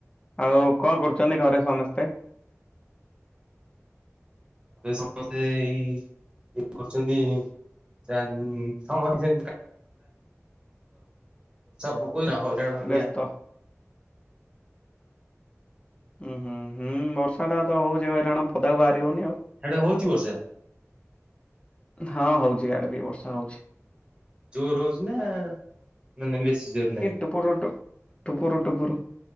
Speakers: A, on the left; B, on the right.
A: ଆଉ କଣ କରୁଛନ୍ତି ଘରେ ସମସ୍ତେ?
B: ଘରେ ସମସ୍ତେ ଏଇ ଇଏ କରୁଛନ୍ତି। <unintelligible> ବର୍ଷା ପୋକ ଏଇନା ହ ଜଣ ହେରିକା।
A: ବ୍ୟସ୍ତ। ଉୁଁ ହୁଁ ହୁଁ ବର୍ଷାଟା ତ ହଉଛି ହଇରାଣ ପଦାକୁ ବାହାରି ହଉନି ଆଉ।
B: ହେଡେ ହଉଛି ବର୍ଷା?
A: ହଁ ହଉଛି ଏଆଡେ ବି ବର୍ଷା ହଉଛି।
B: ଜୋରେ ହଉଛିନା ନା ନା ବେଶୀ ଜୋରେ ନାଇଁ?
A: ଟୁପୁରୁ ଟୁପ୍ ଟୁପୁରୁ